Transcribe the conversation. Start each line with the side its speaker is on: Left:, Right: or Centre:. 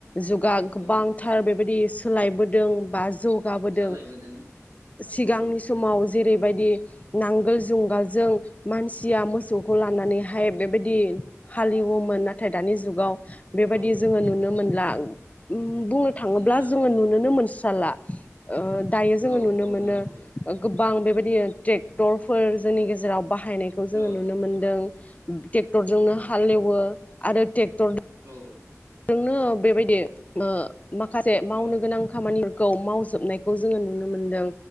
Left: जुगा गोबांथार
Right: औ
Left: बेबायदि सोलायबोदों बा जौगाबोदों
Right: सोलायबोदों
Left: सिगांनि
Right: औ
Left: समाव जेरैबायदि नांगोल जुंगालजों मानसिया मोस मोखौ लानानैहाय बेबायदि हालेवोमोन नाथाय दानि जुगाव बेबायदि
Right: औ
Left: जोंङो नुनो मोनदों ला बुंनो थाङोब्ला
Right: मोनला
Left: जोंङो
Right: औ
Left: नुुनोनो मोनसि साला ओ दायो जोंङो
Right: औ
Left: नुनो
Right: औ
Left: मोनो
Right: नंगौ
Left: ओ गो बां बेबायदि ट्रेक्टरफोर जोंनि गेजेराव बाहायनायखौ जों
Right: औ
Left: नुनो मोनो नुनो मोनदों। ट्रेक्टरजोंनो
Right: औ
Left: हालेवो।
Right: औ
Left: आरो ट्रेक्टर
Right: औ।
Left: नोंनो बेबायदि ओ माखासे मावनो
Right: औ
Left: गोनां खामानि खौ मावजोबनायखौ जोंङो नुनो मोनदों